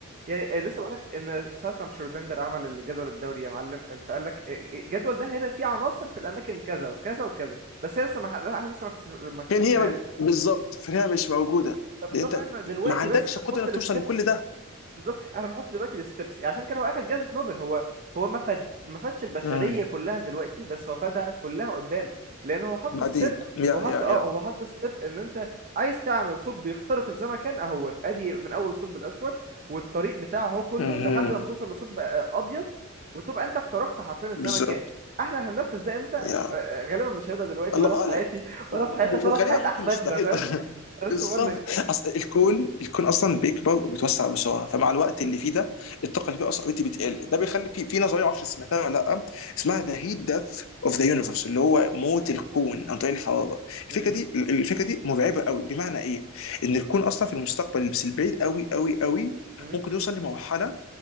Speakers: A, on the right (about 40°); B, on the left (about 70°).
A: يعني آه، لسه بقولك ان ساعه لما شرودنجر عمل الجدول الدوري يا معلم انت قال لك آه، آه، الجدول ده هيبقى فيه عناصر في الاماكن كذا وكذا وكذا بس هي لسه ما ح- احنا لسه ما اكتش- ما اكتشفناهاش
B: فين هي بالظبط فين هي مش موجوده
A: فبالظبط
B: لان انت
A: احنا دلوقتي
B: ما عندكش
A: بس بنحط
B: قدره انك
A: الستبس
B: توصل لكل ده
A: بالظبط انا بحط دلوقتي الستبس عشان كده هو اخد جائزة نوبل هو هو ما فاد ما فادش البشرية
B: مم.
A: كلها دلوقتي بس هو فادها كلها قدام لان هو حط
B: بعدين
A: ستيب
B: يا
A: هو حط
B: يا
A: اه
B: يا
A: هو حط ستيب ان انت عايز تعمل ثقب بيخترق الزمكان اهوت ادي من اول الثقب الاسود والطريق بتاعه هو كله
B: مهم.
A: لحد لما توصل لثقب آه، ابيض وتبقى انت اخترقت حرفيا الزمكان
B: بالظبط
A: احنا هننفذ ده امتى آه،
B: يا
A: آه، غالبا مش هيبقى دلوقتي
B: الله
A: ولا في
B: اعلم
A: حياتي ولا
B: و- و-
A: في حياتك ولا
B: وغالبا
A: في حياة
B: ممكن
A: احفادنا
B: مستحيل
A: فاهم
B: <laughs>
A: انا
B: بالظبط
A: لسه بقول لك
B: اصل الكون الكون اصلا بيكبر وبيتوسع بسرعه فمع الوقت اللي
A: مم،
B: فيه ده الطاقه اللي فيه اصلا اوريدي بتقل ده بيخلي في في نظريه ما اعرفش سمعتها ولا لا اسمها ذا هيت ديث اوف ذا يونيفرس اللي هو موت الكون عن طريق الحراره الفكره
A: مم،
B: دي الفكره دي مرعبه قوي بمعنى ايه؟ ان الكون اصلا في المستقبل بس البعيد قوي قوي قوي
A: مم.
B: ممكن يوصل لمرحله